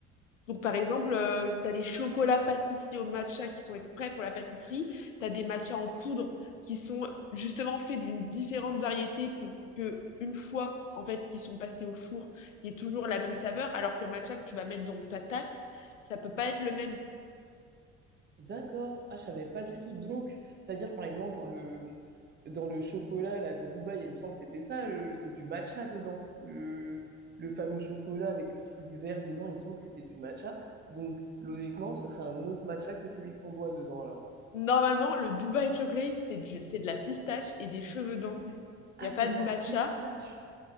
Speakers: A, on the left (about 80°); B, on the right (about 25°).
A: donc, par exemple, euh, tu as des chocolats pâtissiers au matcha qui sont exprès pour la pâtisserie. Tu as des matchas en poudre qui sont justement faits d'une différente variété pour que, une fois, en fait, qu'ils sont passés au four, il y ait toujours la même saveur. Alors que le matcha que tu vas mettre dans ta tasse, ça peut pas être le même.
B: D'accord. Ah, je savais pas du tout. Donc, c'est-à-dire, par exemple, dans le, dans le chocolat là, de Dubaï, il me semble que c'était ça, le- c'est du matcha dedans. Le, le fameux chocolat avec le truc vert dedans, il me semble que c'était du matcha. Donc, logiquement, ce serait un autre matcha que celui qu'on boit dedans, alors.
A: Normalement, le Dubai Chocolate, c'est du, c'est de la pistache et des cheveux d'ange. Il
B: Ah,
A: n'y a
B: c'est
A: pas de
B: de
A: matcha.
B: la pistache.